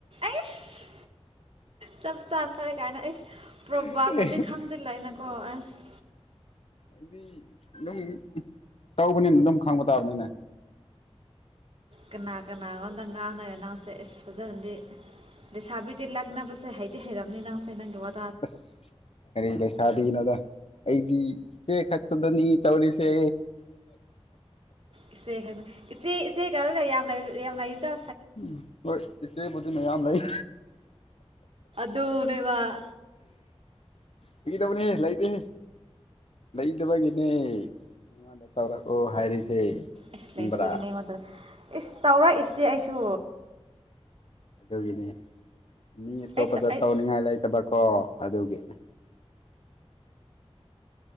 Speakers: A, on the right; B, on the left.
A: ꯑꯁ ꯆ ꯆꯥꯟ ꯊꯋ ꯀꯥꯏꯅ ꯑꯁ ꯄ꯭ꯔꯚꯥꯞ
B: ꯑꯩꯗꯤ
A: ꯑꯗꯤꯩ ꯈꯪꯗꯂꯥꯛꯑꯅꯀꯣ ꯑꯁ
B: ꯑꯩꯗꯤ ꯑꯗꯨꯝ ꯇꯧꯕꯅꯤꯅ ꯑꯗꯨꯝ ꯈꯪꯕ ꯇꯥꯕꯅꯤꯅꯦ
A: ꯀꯅꯥ ꯀꯅꯥꯒꯣꯝꯇ ꯉꯥꯡꯅꯦ ꯅꯪꯁꯦ ꯑꯁ ꯐꯖꯅꯗꯤ ꯁꯥꯕꯤꯗꯤ ꯂꯥꯛꯅꯕꯁꯦ ꯍꯥꯏꯗꯤ ꯍ ꯍꯥꯏꯔꯝꯅꯤ ꯅꯪꯁꯦ ꯅꯪꯒ ꯋꯥ
B: ꯑꯁ ꯀꯔꯤ ꯂꯩ ꯁꯥꯔ ꯅꯣꯗ ꯑꯩꯗꯤ ꯆꯦ ꯈꯛꯇꯗꯅꯤ ꯇꯧꯔꯤꯁꯦ
A: ꯏꯆꯦ ꯍꯥꯏꯕ ꯏꯆꯦ ꯀꯔꯤꯂꯨ ꯌꯥꯝ ꯌꯥꯝ ꯂꯩꯀꯣ
B: ꯎꯝ ꯍꯣꯏ ꯏꯆꯦ ꯕꯨꯗꯤ ꯃꯌꯥꯝ ꯂꯩ <unintelligible>
A: ꯗꯨꯅꯦꯕ
B: ꯐꯒꯤ ꯇꯧꯕꯅꯤꯍꯦ ꯂꯩꯇꯦꯍꯦ ꯂꯩꯇꯕꯒꯤꯅꯦ ꯅꯪꯉꯣꯟꯗ ꯇꯧꯔꯛꯑꯣ ꯍꯥꯏꯔꯤꯁꯦ
A: ꯏꯁꯁ
B: ꯈꯪꯕ꯭ꯔꯥ
A: ꯂꯩꯇꯕꯒꯤꯅꯦ ꯑꯩꯉꯣꯟꯗ ꯏꯁ ꯇꯧꯔꯛꯏ ꯁꯤꯗꯤ ꯑꯩꯁꯨ
B: ꯑꯗꯨꯒꯤꯅꯤ ꯃꯤ ꯑꯇꯣꯞꯄꯗ
A: ꯑꯩ ꯑꯩ
B: ꯇꯧꯅꯤꯡꯉꯥꯏ ꯂꯩꯇꯕꯀꯣ ꯑꯗꯨꯒꯤ